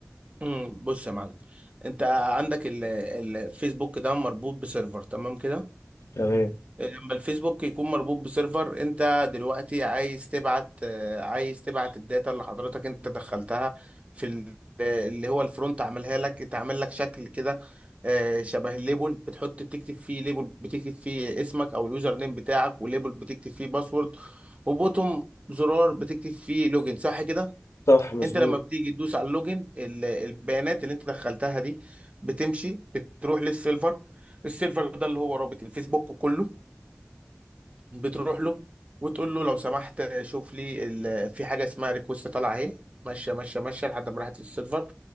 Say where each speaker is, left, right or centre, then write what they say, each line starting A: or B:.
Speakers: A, on the right; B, on the left.
A: أمم، بص يا معلم انت عندك ال- الفيسبوك ده مربوط بسيرفر تمام كده
B: تمام
A: لما الفيسبوك يكون مربوط بسيرفر انت دلوقتي عايز تبعت آه، عايز تبعت الداتا اللي حضرتك انت دخلتها في ال- اللي هو الفرونت عملها لك انت عامل لك شكل كده آه، شبه الليبل بتحط بتكتب فيه ليبل بتكتب فيه اسمك او اليوزر نيم بتاعك والليبل بتكتب فيه باسورد وبوتوم زرار بتكتب فيه لوجن صح كده
B: صح مظبوط
A: انت لما بتيجي تدوس على اللوجن ال- البيانات اللي انت دخلتها دي بتمشي بتروح للسيرفر السيرفر ده اللي هو رابط الفيسبوك كله بتروح له وتقول له لو سمحت شوف لي ال... في حاجه اسمها ريكوست طالعه اهي ماشيه ماشيه ماشيه لحد ما راحت للسيرفر